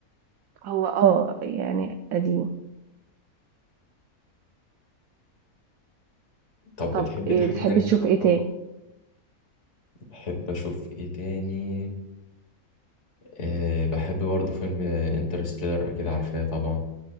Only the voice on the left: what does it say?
طب بتحبي
حاجة
تاني في
الأفلام؟
بحب أشوف إيه تاني أه بحب برضه فيلم انترستيلر أكيد عارفاه طبعا